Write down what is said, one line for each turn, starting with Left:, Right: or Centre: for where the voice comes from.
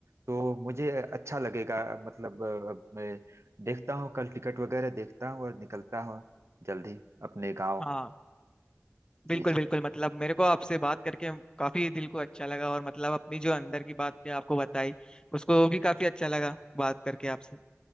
Right: तो मुझे अच्छा लगेगा मतलब अ, अब मैं देखता हूँ कल टिकट वगैरह देखता हूँ और निकलता हूँ जल्दी अपने गाँव
Left: हाँ बिल्कुल
Right: जी जी
Left: बिल्कुल मतलब मेरे को आपसे बात करके काफी दिल को अच्छा लगा और मतलब अपनी जो अंदर की बात थी आपको बताई उसको भी काफी अच्छा लगा बात करके आपसे